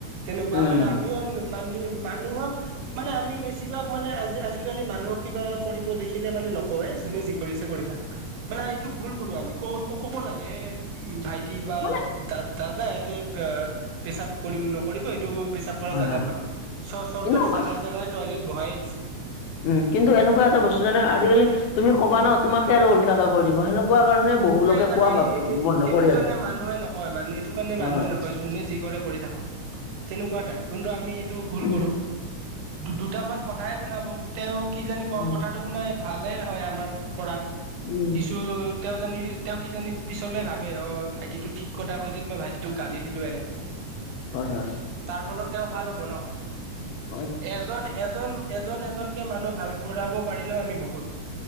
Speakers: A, on the right (about 80°); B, on the left (about 80°).
A: তেনেকুৱা
B: উম,
A: মানে আমিও মান মানুহক মানে আমি বেছিভাগ মানে আজি আজিকালি মানুহক কিবা কৰিব দেখিলে মানে নকওঁৱ যোনে যি কৰি আছে কৰি থাকক। মানে এইটো ভুল কৰো আমি ক- ক -ক'ব লাগে উম ভাইটি বা
B: মানে
A: দ দাদা ইয়াতে পেচাব কৰিব নকৰিব এইটো পেচাব
B: হয়,
A: জোগাত
B: হয়,
A: নহয় চ চৰকাৰে
B: কিন্তু মা-
A: জোগাই- জোগাই- টয়লেট বহাইে দিছে।
B: উম কিন্তু এনেকুৱা এটা বস্তু জানা আজিকালি তুমি ক'বা ন তোমাকে আৰু উলোটাকে কৈ দিব হেকুৱা। কোৱা কাৰণে বহু
A: তাকে
B: লোকে
A: -তাকে
B: কোৱা ভাব বন্ধ
A: -এইটো
B: কৰে
A: কাৰণে
B: আৰু।
A: মানুহে নকয় মানুহ এইটো কাৰণে মানুহে
B: অ',
A: নকয়। যোনে যি কৰে কৰি থাকক তেনেকুৱা এটা কিন্তু আমি এইটো ভুল
B: উম,
A: কৰো। দুটামান কথাই শুনাব তেওঁ কি জানি
B: উম,
A: কথাটো শুনাই ভালে হয় আমাৰ পৰা,
B: উম
A: কিছুলৈ তেওঁ জানি তেওঁ কি জানি পিছলে ভাবে অ ভাইটিটোক ঠিক কথা কৈছিলে, মই ভাইটিটোক গালি দিলো এনে।
B: হয়, হয়।
A: তাৰ ফলত তেওঁ ভাল হ'ব ন,
B: হয়।
A: এজন- এজন-এজন এজন এজনকে মানুহ ভাল কৰাব পাৰিলেও আমি বহুত।